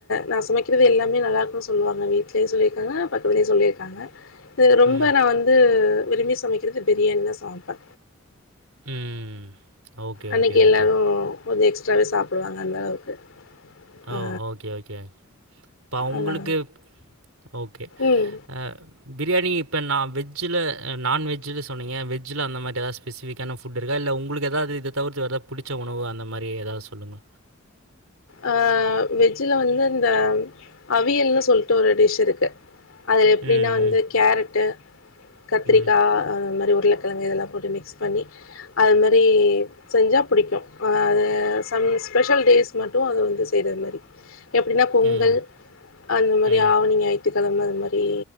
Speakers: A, on the left (about 70°); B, on the right (about 85°).
A: நா சமைக்கிறது எல்லாமே நல்லாயிருக்குன்னு சொல்லுவாங்க வீட்லயு சொல்லிருக்காங்க பக்கத்துலயு சொல்லிருக்காங்க இது ரொம்ப
B: ம்.
A: நா வந்து விரும்பி சமைக்கிறது பிரியாணி தா சமப்பே
B: ம் ஓகே,
A: அன்னக்கி
B: ஓகே, ஓகே.
A: எல்லாரு கொஞ்சோ எக்ஸ்ட்ராவே சாப்டுவாங்க அந்த அளவுக்கு
B: ஓ
A: ஆ
B: ஓகே ஓகே இப்ப அவுங்களுக்கு
A: அதா
B: ஓகே
A: ம்
B: ஆ பிரியாணி இப்ப நா வெஜ்ஜுல நான்வெஜ்ஜு சொன்னீங்க வெஜ்ஜுல அந்த மாதிரி எதாவது ஸ்பெசிஃபிக்கான ஃபுட்டு இருக்கா இல்ல உங்களுக்கு எதாவது இத தவிர்த்து வேற எதா புடிச்ச உணவு அந்த மாரி ஏதாவது சொல்லுங்க
A: ஆ வெஜ்ல வந்து இந்த அவியல்ன்னு சொல்ட்டு ஒரு டிஷ் இருக்கு அதுல எப்டின்னா
B: ம்.
A: வந்து கேரட்டு கத்திரிக்கா
B: ம். ம்.
A: அந்த மாரி உருளக் கெழங்கு இதெல்லா போட்டு மிக்ஸ் பண்ணி அது மாரி செஞ்சா புடிக்கு அது சம் ஸ்பெஷல் டேஸ் மட்டு அத வந்து செய்றது மாரி எப்டின்னா பொங்கல்
B: ம்.
A: அந்த மாரி
B: ம்.
A: ஆவணி ஞாயி த்துக்கெழம அது மாரி